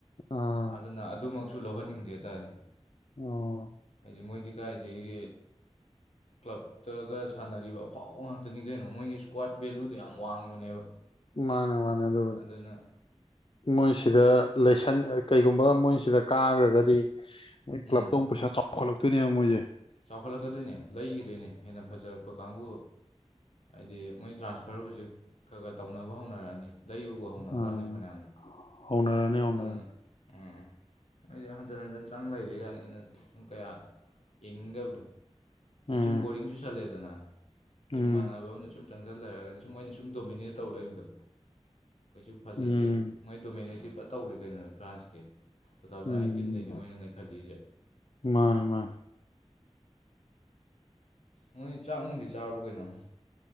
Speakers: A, on the left; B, on the left.
A: ꯑꯥ
B: ꯑꯗꯨꯅ ꯑꯗꯨꯃꯛꯁꯨ ꯂꯧꯍꯟꯅꯤꯡꯗꯦ ꯍꯥꯢꯇꯥꯔꯦ
A: ꯑꯣ
B: ꯍꯥꯏꯗꯤ ꯃꯣꯏꯗꯤ ꯀꯥꯏꯗꯒꯤ ꯀ꯭ꯂꯞꯇꯒ ꯁꯥꯟꯅꯔꯤꯕ ꯑꯐꯥꯎꯕ ꯉꯥꯛꯇꯅꯤ ꯀꯩꯅꯣ ꯃꯣꯏꯒꯤ ꯏꯁꯀ꯭ꯋꯥꯠ ꯚꯦꯂꯨꯗꯣ ꯌꯥꯝ ꯋꯥꯡꯕꯅꯦꯕ
A: ꯃꯥꯅꯦ ꯃꯥꯅꯦ ꯑꯗꯨꯕꯨꯗꯤ
B: ꯑꯗꯨꯅ
A: ꯃꯣꯏꯁꯤꯗ ꯂꯩꯁꯟ ꯀꯩꯒꯨꯝꯕꯗ ꯃꯣꯏ ꯁꯤꯗ ꯀꯥꯒ꯭ꯔꯒꯗꯤ ꯃꯣꯏ
B: ꯎꯝ
A: ꯀ꯭ꯂꯞꯇ ꯑꯃꯨꯛ ꯄꯩꯁꯥ ꯆꯥꯎꯈꯠꯂꯛꯇꯣꯏꯅꯦꯕ ꯃꯣꯏꯖꯦ
B: ꯆꯥꯎꯈꯠꯂꯛꯀꯗꯣꯏꯅꯦ ꯂꯩꯈꯤꯗꯣꯏꯅꯦ ꯍꯦꯟꯅ ꯐꯖꯔꯛꯄ ꯀꯥꯡꯕꯨ ꯍꯥꯏꯗꯤ ꯃꯣꯏ ꯇ꯭ꯔꯥꯟꯁꯐꯔ ꯍꯧꯖꯤꯛ ꯈꯔ ꯈꯔ ꯇꯧꯅꯕ ꯍꯧꯅꯔꯛꯑꯅꯤ ꯂꯩꯕꯕꯨ ꯍꯧꯅꯒ꯭ꯔꯕꯅꯦ
A: ꯑꯥ
B: ꯐꯅꯌꯥꯝꯅ
A: ꯍꯧꯅꯔꯅꯤ ꯍꯧꯅꯔꯅꯤ
B: ꯑꯗꯨꯅ ꯎꯝ ꯑꯩꯗꯤ ꯍꯟꯖꯟ ꯍꯟꯖꯟ ꯆꯪ ꯂꯩꯔꯦ ꯀꯥꯏꯅ ꯑꯩꯅ ꯁꯨꯝ ꯀꯌꯥ ꯌꯦꯡꯅꯤꯡꯗꯕꯗꯣ ꯍꯥꯏꯗꯤ
A: ꯎꯝ
B: ꯁꯨꯝ ꯕꯣꯔꯤꯡꯁꯨ ꯆꯠꯂꯦꯗꯅ
A: ꯎꯝ
B: ꯃꯥꯅ <unintelligible> ꯑꯃꯅ ꯁꯨꯝ ꯆꯪꯁꯤꯜ ꯂꯩꯔꯒꯗꯤ ꯁꯨꯝ ꯃꯣꯏꯅ ꯁꯨꯝ ꯗꯣꯃꯤꯅꯦꯠ ꯇꯧ ꯂꯩꯕꯗꯣ ꯀꯩꯁꯨ ꯐꯖꯗꯦꯕ
A: ꯎꯝ
B: ꯃꯣꯏ ꯗꯣꯃꯤꯅꯦꯠꯇꯤ ꯄꯨꯔ ꯇꯧꯔꯦ ꯀꯩꯅꯣ ꯐ꯭ꯔꯥꯟꯁꯇꯤ ꯇꯨ ꯊꯥꯎꯖꯟ
A: ꯎꯝ
B: ꯑꯥꯏꯠꯇꯤꯟꯗꯩꯅꯦ ꯃꯣꯏꯅ ꯅꯩꯈꯠꯂꯛꯢꯁꯦ
A: ꯃꯥꯅꯦ ꯃꯥꯅꯦ
B: ꯅꯣꯏ ꯆꯥꯛ ꯅꯣꯡꯗꯤ ꯆꯥꯔꯕꯣ ꯀꯩꯅꯣ